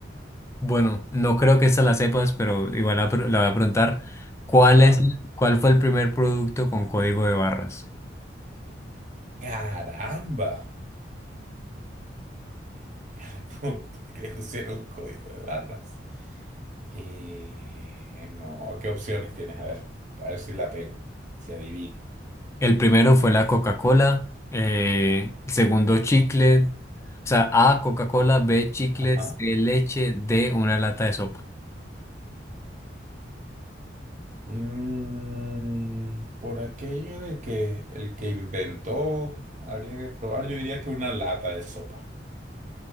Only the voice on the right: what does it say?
Vamos.
¡Caramba! El <laughs> punto que le pusieron código de barras. Eh, no, ¿qué opciones tienes? A ver, a ver si la pego, si adivino.
Ajá.
Mm, por aquello de que el que inventó habría que probar, yo diría que una lata de sopa.